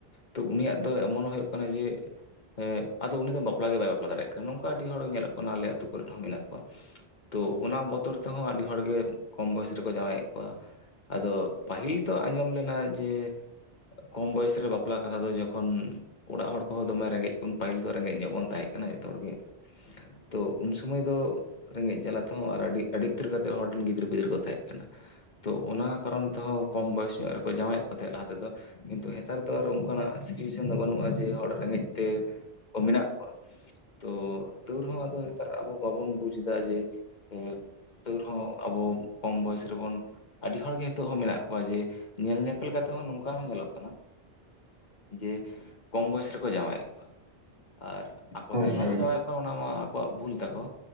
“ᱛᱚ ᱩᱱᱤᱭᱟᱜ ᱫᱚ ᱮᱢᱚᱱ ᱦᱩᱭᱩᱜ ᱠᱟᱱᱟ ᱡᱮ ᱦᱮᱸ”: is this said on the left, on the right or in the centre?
Left